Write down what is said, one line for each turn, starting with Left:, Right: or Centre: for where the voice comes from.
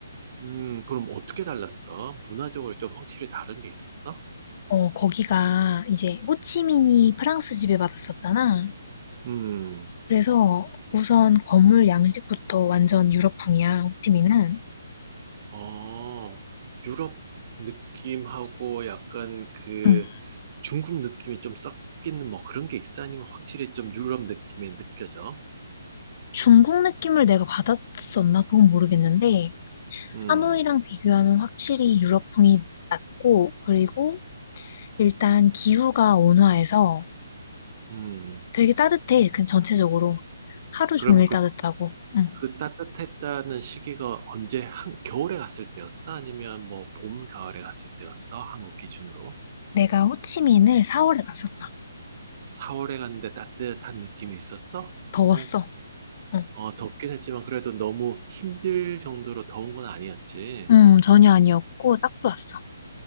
Right: 음, 그럼 어떻게 달랐어? 문화적으로 좀 확실히 다른 게 있었어?
Left: 어, 거기가 이제 호치민이 프랑스 지배받았었잖아.
Right: 음,
Left: 그래서 우선 건물 양식부터 완전 유럽풍이야, 호찌민은.
Right: 어, 유럽 느낌하고 약간 그
Left: 응.
Right: 중국 느낌이 좀 섞이는 뭐 그런 게 있어? 아니면 확실히 좀 유럽 느낌이 느껴져?
Left: 중국 느낌을 내가 받았었나? 그건 모르겠는데,
Right: 음,
Left: 하노이랑 비교하면 확실히 유럽풍이 낮고, 그리고 일단 기후가 온화해서
Right: 음.
Left: 되게 따뜻해. 그 전체적으로. 하루
Right: 그러면
Left: 종일
Right: 그
Left: 따뜻하고. 응.
Right: 그 따뜻했다는 시기가 언제 한 겨울에 갔을 때였어? 아니면 뭐 봄, 가을에 갔을 때였어? 한국 기준으로?
Left: 내가 호치민을 4월에 갔었다.
Right: 4월에 갔는데 따뜻한 느낌이 있었어?
Left: 더웠어.
Right: 어,
Left: 응.
Right: 어, 덥긴 했지만 그래도 너무 힘들 정도로 더운 건 아니었지.
Left: 음, 전혀 아니었고, 딱 좋았어.